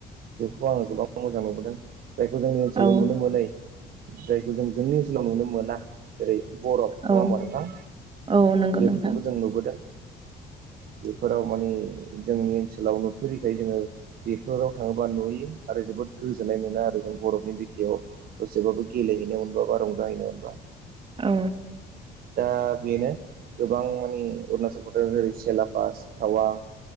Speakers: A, on the right (about 60°); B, on the right (about 30°).
A: बेफोरखौ आङो गोबां मोजां नुबोदों जायखौ जोंनि ओनसोलाव
B: औ
A: नुनो मोनै जायखौ जों जोंनि ओनसोलाव नुनो मोना जेरै बरफ नङा
B: औ
A: होमबा नोंथां
B: औ नंगौ
A: बेफोरखौबो
B: नोंथां
A: जों नुबोदों बेफोराव माने जोंनि ओनसोलाव नुफेरैखाय जोङो बेफोराव थाङोबा नुयो आरो जोबोद गोजोननाय मोनो आरो जों बरफनि बिखायाव दसेबाबो गेलेहैनो मोनबा बा रंजाहैनो मोनबा
B: औ
A: दा बेनो गोबां माने अरुणचल प्रदेश जेरै सेलापास टावां